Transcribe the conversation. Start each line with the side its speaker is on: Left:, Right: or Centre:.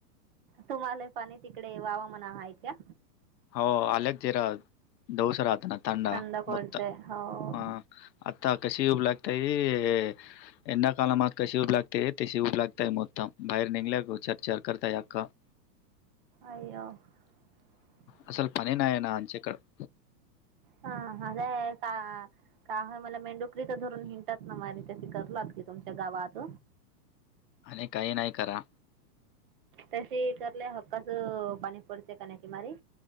Right: तुम्हाला पणी तिकडे वावं म्हणा हाय का?
Left: हो अलेग जरा दडोसर आताना तड
Right: थंड पडते
Left: मत
Right: हो
Left: हह <unintelligible> आता कशी उबलागताय ई ए्णा कालामात कशी उऊब लागते तशी उब लागताय, मुताम बाहेर निघल्या गो चर चर करताय अखा <inaudible>
Right: अया व
Left: असल पने नाही आहे ना आमच्याकड <unintelligible>
Right: हा आ का काहे मला मेडून तिथं धरून हिंतात ना माझ ते करलात की तुमच्या गावात
Left: आणि काही नाही करा
Right: तसे करलं हक्काच पाणी पडते कानाकिमारी